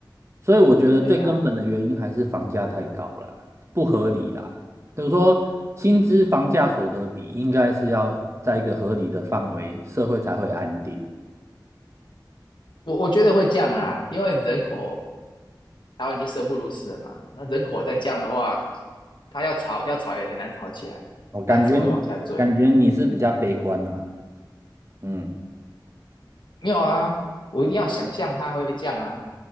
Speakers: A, on the right (about 35°); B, on the left (about 80°).
A: 所以我觉得最根本的原因还是房价太高啦，
B: 哎呀，
A: 不合理啦。就是说，薪资房价所得比应该是要在一个合理的范围，社会才会安定。
B: 我我觉得会降啊，因为人口台湾已经生不如死了嘛，那人口再降的话，它要吵要吵也很难吵起来，
A: 我感觉感觉你是比较悲观啦、
B: 它只会往下坠。
A: 嗯
B: 没有啊，我一定要想象它会降啊，